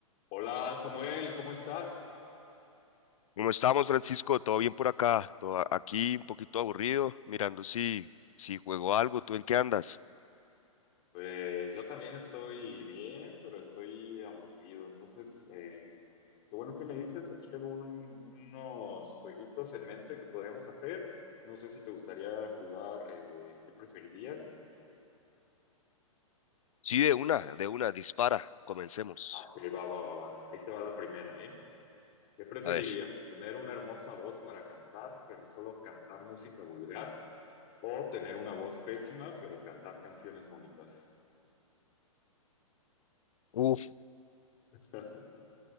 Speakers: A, on the left (about 35°); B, on the left (about 70°).
A: Hola Samuel, ¿cómo estás?
B: ¿Cómo estamos, Francisco? ¿Todo bien por acá? Todo a- aquí un poquito aburrido, mirando si, si juego algo. ¿Tú en qué andas?
A: Pues yo también estoy bien, pero estoy aburrido. Entonces, eh, qué bueno que me dices. Aquí tengo un- unos jueguitos en mente que podríamos hacer. No sé si te gustaría jugar, eh, ¿qué preferirías?
B: Sí, de una, de una, dispara. Comencemos.
A: Ah, sí, va, va, va, va. Ahí te va la primera, ¿eh? ¿Qué preferirías?
B: A ver.
A: ¿Tener una hermosa voz para cantar, pero solo cantar música vulgar? ¿O tener una voz pésima, pero cantar canciones bonitas?
B: Uf,
A: <laughs>